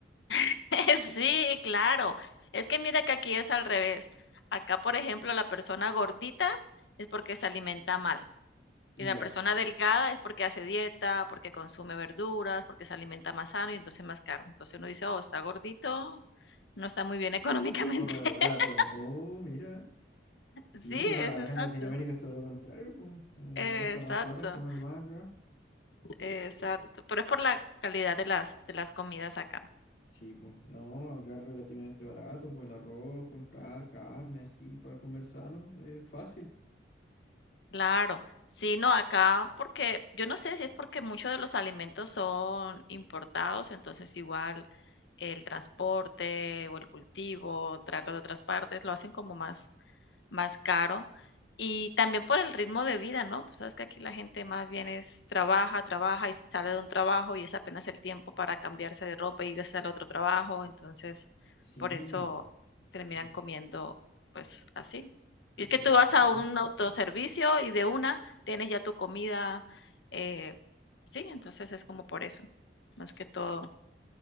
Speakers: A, on the left; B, on the left.
A: <laughs> Sí, claro. Es que mira que aquí es al revés. Acá, por ejemplo, la persona gordita es porque se alimenta mal,
B: Ya.
A: y la persona delgada es porque hace dieta, porque consume verduras, porque se alimenta más sano y entonces más caro. Entonces uno dice: "Oh, está gordito, no está muy bien económicamente".
B: Come
A: <laughs>
B: barato. Oh, mira.
A: Sí,
B: Sí, pues no, acá
A: es exacto.
B: en Latinoamérica es todo lo contrario, pues. Uno
A: Exacto.
B: gasta más plata en comer más acá.
A: Exacto, pero es por la calidad de las, de las comidas acá.
B: Sí, pues. No, acá es relativamente barato, pues el arroz, comprar carne, así, para comer sano, es fácil.
A: Claro, sí, no, acá porque yo no sé si es porque muchos de los alimentos son importados, entonces igual el transporte o el cultivo, traerlo de otras partes, lo hacen como más, más caro. Y también por el ritmo de vida, ¿no? Tú sabes que aquí la gente más bien es trabaja, trabaja y sale de un trabajo y es apenas el tiempo para cambiarse de ropa y irse al otro trabajo. Entonces,
B: Sí,
A: por eso terminan
B: eh,
A: comiendo, pues así. Y
B: es
A: es que
B: verdad.
A: tú vas a un autoservicio y de una tienes ya tu comida. eh, sí, entonces es como por eso, más que todo.